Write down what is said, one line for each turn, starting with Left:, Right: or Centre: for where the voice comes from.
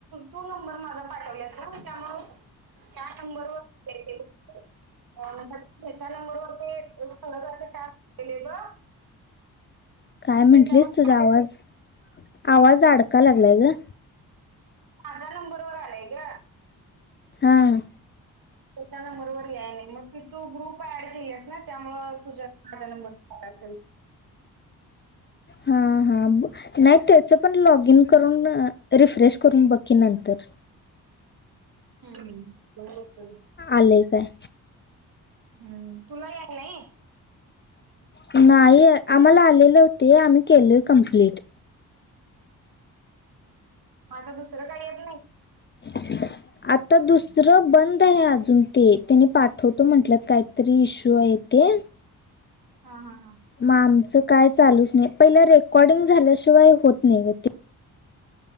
Right: तू नंबर माझा पाठवलास ना त्यामुळ त्या नंबरवर शअर केले <inaudible> म्हणात हच्या नंबरवर ते खर असे टॅपले ब <inaudible>
Left: काय म्हटलेस
Right: त्याच्यावर
Left: तुझा आवाज आवाज अडका लागला आहे ग
Right: माझ्या नंबरवर आलाय ग
Left: हा हा.
Right: त्याच्याना बरोबर या नाही मग ती तू ग्रुप ऍड केलीस ना त्यामुळ तुझ्या माझा नंबरला असेल.
Left: हां हां ब नाही त्याच पण लॉग इन करून रिफ्रेश करून बकी नंतर.
Right: हम्म चत <unintelligible>
Left: आलेय काय.
Right: हम्म तुला यालाय नाही.
Left: नाही आम्हाला आलेले होते आम्ही केलोय कमप्लीट.
Right: आता दुसरं काय येत नाही.
Left: ह <inaudible> आता दुसरं बंद आहे अजून ते त्यानी पाठवतो म्हटलंत कायतरी इश्यू आहे ते
Right: हा हा हा.
Left: मग आमचं काय चालूच नाही पहि रेकॉर्डिंग झाल्याशिवाय होत नाही ग ते